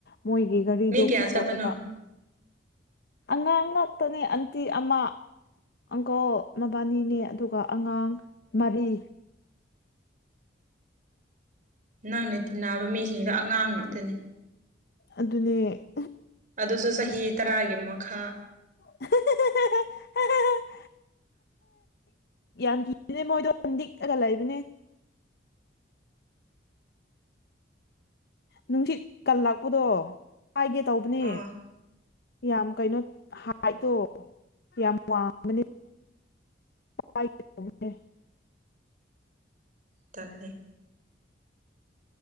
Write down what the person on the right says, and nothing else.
ꯃꯤ ꯀꯌꯥ
ꯆꯠꯄꯅꯣ
ꯅꯪꯅ ꯇꯤꯟꯅꯕ ꯃꯤꯁꯤꯡꯗꯣ ꯑꯉꯥꯡ ꯉꯥꯛꯇꯅꯤ
ꯑꯗꯨꯁꯨ ꯆꯍꯤ ꯇꯔꯥꯒꯤ ꯃꯈꯥ
ꯑꯥ
ꯇꯜꯂꯦ